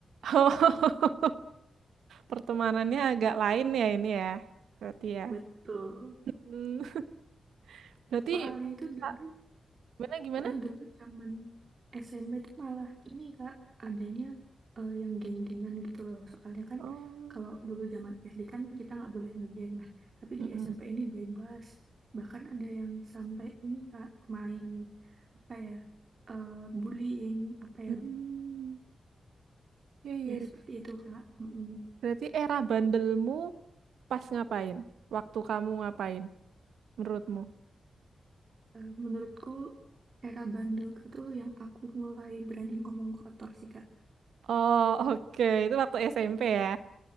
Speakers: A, on the right (about 85°); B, on the right (about 55°).
A: Oh, pertemanannya agak lain ya ini ya. Berarti ya.
B: Betul.
A: Hmm, berarti
B: Soalnya itu dulu,
A: Kak, gimana gimana?
B: eh, dulu zaman SMP itu malah ini Kak, adanya eh, yang geng-gengan gitu loh. Soalnya kan
A: oh,
B: kalau dulu zaman SD kan kita nggak boleh ngegeng, nah tapi
A: mm-mm.
B: di SMP ini bebas. Bahkan ada yang sampai ini Kak, main apa ya, eh, bullying, apa
A: Hmm,
B: ya,
A: ya, ya.
B: Ya,
A: ya.
B: seperti itu, Kak. Mm-mm.
A: Berarti era bandelmu pas ngapain? Waktu kamu ngapain? Menurutmu?
B: Eh, Menurutku, era bandel itu yang aku mulai berani ngomong kotor sih, Kak.
A: Oh, <laughs> oke. Itu waktu SMP ya.